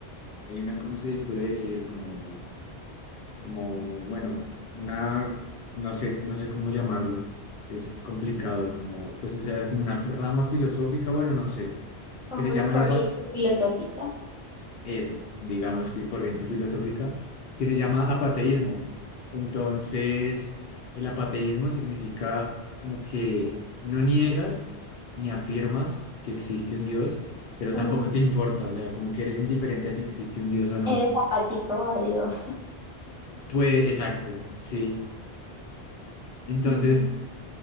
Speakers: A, on the left; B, in the centre.
A: hay una, ¿cómo se puede decir? Como como, bueno, una, no sé, no sé cómo llamarlo, es complicado, como, pues, o sea, como una rama filosófica, bueno, no sé,
B: como
A: que se
B: una
A: llama
B: corriente
A: el apa-
B: filosófica.
A: eso, digamos que corriente filosófica, que se llama apateísmo. Entonces, el apateísmo significa como que no niegas ni afirmas que existe un Dios, pero
B: Ujú.
A: tampoco te importa, o sea, como que eres indiferente a si existe un Dios o no.
B: Eres apático a Dios.
A: Pues, exacto, sí. Entonces,
B: Mm,